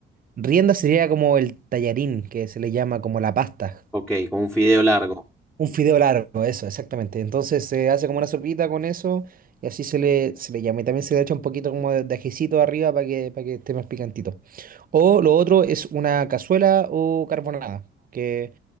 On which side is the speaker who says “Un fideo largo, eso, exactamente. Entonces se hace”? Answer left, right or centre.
Right